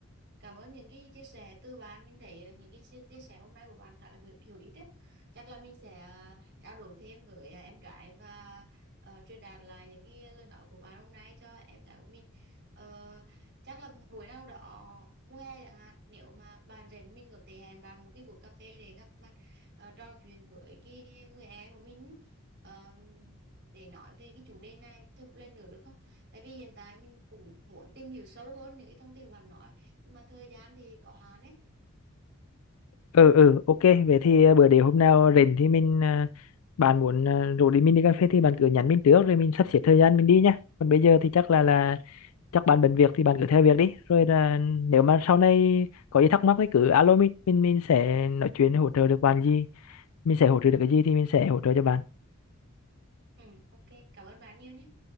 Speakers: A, on the right; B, on the left.
A: Cảm ơn những cái chia sẻ từ bạn mình thấy ờ, những cái chia, chia sẻ hôm nay của bạn khá là hữu, hữu ích đấy. Chắc là mình sẽ ờ, trao đổi thêm với ờ, em gái và ờ, truyền đạt lại những cái lời nói của bạn hôm nay cho em gái của mình. Ờ, chắc là buổi nào đó mùa hè chẳng hạn nếu mà bạn rảnh mình có thể hẹn bạn một cái buổi cà phê để gặp mặt ờ, trò chuyện với cái người em của mình ờ, để nói về cái chủ đề này thêm một lần nữa được không? Tại vì hiện tại mình cũng muốn tìm hiểu sâu hơn những cái thông tin của bạn nói nhưng mà thời gian thì có hạn đấy
B: ừ ừ ok vậy thì à, bữa để hôm nào rảnh thì mình à, bạn muốn à, rủ đi mình đi cà phê thì bạn cứ nhắn mình trước rồi mình sắp xếp thời gian mình đi nhá còn bây giờ thì chắc là là chắc bạn bận việc thì bạn cứ theo việc đi rồi là nếu mà sau này có gì thắc mắc thì cứ alo mình mình mình sẽ nói chuyện hỗ trợ được bạn gì mình sẽ hỗ trợ được cái gì thì mình sẽ hỗ trợ cho bạn
A: ừ ok cảm ơn bạn nhiều nhé